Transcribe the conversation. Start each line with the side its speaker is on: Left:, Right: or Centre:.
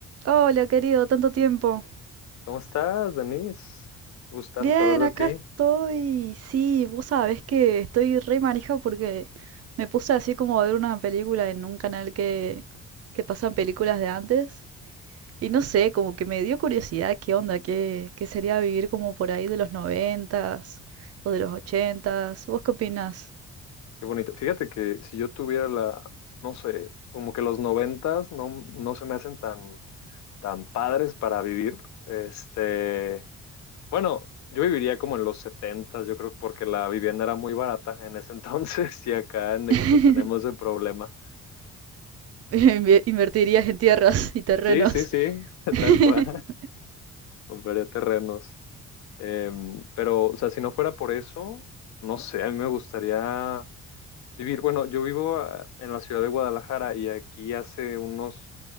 Right: Hola, querido, tanto tiempo.
Left: ¿Cómo estás, Denise? Gustazo
Right: Bien,
Left: saber de
Right: acá estoy.
Left: ti.
Right: Sí, vos sabés que estoy re manija porque me puse así como a ver una película en un canal que, que pasan películas de antes. Y no sé, como que me dio curiosidad qué onda, qué, qué sería vivir como por ahí de los noventas o de los ochentas. ¿Vos qué opinás?
Left: Qué bonito. Fíjate que si yo tuviera la, no sé, como que los noventas no, no se me hacen tan, tan padres para vivir. Este, bueno, yo viviría como en los setentas, yo creo, porque la vivienda era muy barata en ese entonces <laughs> y acá en México
Right: <laughs>
Left: tenemos ese problema.
Right: Inve- Invertirías en tierras y terrenos.
Left: Sí, sí, sí, <laughs>
Right: <laughs>
Left: tal cual. Compraría terrenos. Em, pero, o sea, si no fuera por eso, no sé, a mí me gustaría. Vivir, bueno, yo vivo ah, en la ciudad de Guadalajara y aquí hace unos,